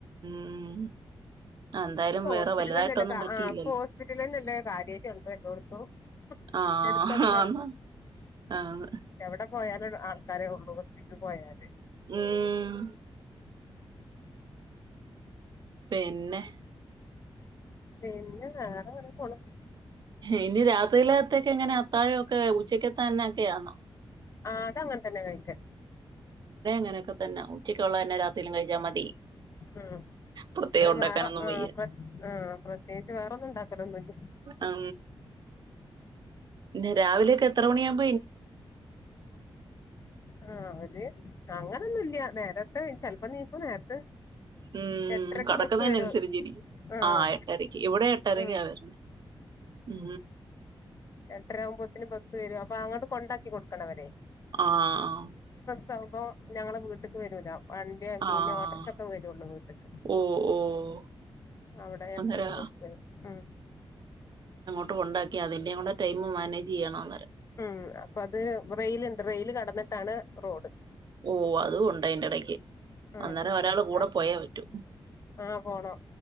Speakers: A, on the right; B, on the left.
A: ഉം ആ, എന്തായാലും
B: ഹോസ്പിറ്റല
A: വേറെ വലുതായിട്ടൊന്നും
B: തന്നെല്ല
A: പറ്റിയില്ലല്ലോ
B: ആ ഇപ്പൊ ഹോസ്പിറ്റല തന്നല്ല കാര്യമായിക്ക ഉണ്ടോ എല്ലോടത്തും
A: ആ
B: എടുത്തൊക്കെ
A: ആന്ന് ആന്ന്
B: എവിടെ പോയാല <unintelligible> ഹോസ്പിറ്റൽ പോയല്
A: ഉം പിന്നെ
B: പിന്നെ <unintelligible> പോണ
A: ഇനി രാത്രിയിലകത്ത എങ്ങനെ അത്താഴൊക്കെ ഉച്ചക്ക്ക്ക തന്നൊക്കെയാന്നോ
B: ആ അതങ്ങനെ തന്നെ കഴിച്ചെ
A: അങ്ങനൊക്കെന്നെ ഉച്ചക്കള്ള തന്നെ രാത്ും കഴിച്ചാ മതി
B: ഉം.
A: പ്രത്യേകം
B: പിന്നെ
A: ഉണ്ടാക്കാനൊന്നും
B: വേറെ ആ,
A: വയ്യ
B: പ്ര- ആ, പ്രത്യേകിച്ച് വേറെ ഒന്നും ഉണ്ടാക്കലൊന്നുമില്ല
A: ഉ പിന്ന രാവിലെയൊക്കെ എത്ര മണിയാവുമ്പോൾ
B: ആ അവര് അങ്ങനൊന്നുംല്ല നേരത്തെ ചിലപ്പോ നീ പ്പം നേരത്തെ
A: ഉം
B: എട്ടരക്ക്
A: കടക്കുന്നന്ന
B: ബസ്സ് വരും
A: അനുസരിച്ചിരിക്കും
B: ആഹ്
A: ആ എട്ടരയ്ക്ക് ഇവിടെ എട്ടരക്ക
B: ഉം
A: ആ വരണ ഉ
B: എത്രയാകുമ്പോത്തിനന് ബസ് വരവാ അപ്പൊ അങ്ങോട്ട് കൊണ്ടാക്കി കൊടുക്കണവരെ
A: ആ ആ
B: സംഭം ഞങ്ങങ്ങള് വീട്ട്ക്ക് വരൂല വണ്ടിയ പിന്നെ
A: ആഹ്
B: ഓട്രഷക്കെ വരുള്ളു വീട്ടക്ക്
A: ഓഹ് ഓഹ്
B: അവിടെ എട്രക്ക്
A: അന്നേരാ
B: ബസ് ഉ
A: പ്പ ഉണ്ടാക്കി അതി്റെയുംൂ ടൈം മാനജ് ചെയ്യണ പറം
B: ഉം അപ്പൊ അത് റെലുണ്ട് റെയില് കടന്നിട്ടാണ് റോഡ്
A: ഓഹ് അതും ഉണ്ട് അതിന്റെ ഇടയ്ക്ക്
B: ആ
A: അന്നേരം ഒരാള് കൂടെ
B: അത്
A: പോയേ പറ്റൂ
B: ആപോണോ